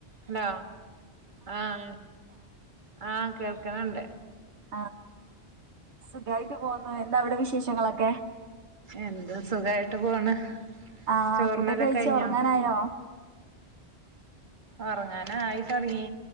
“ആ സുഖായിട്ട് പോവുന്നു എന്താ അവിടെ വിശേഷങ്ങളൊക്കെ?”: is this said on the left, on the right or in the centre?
Right